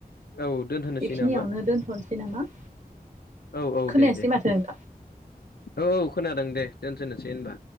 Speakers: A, on the left; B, on the right.
A: औ दोनथ'नोसै
B: बेखिनियावनो
A: नामा
B: दोनथ'नोसै नामा।
A: औ औ
B: खोनायासै
A: दे दे
B: माथो नोंथां
A: औ खोनादों दे दोनथ'नोसै होनबा।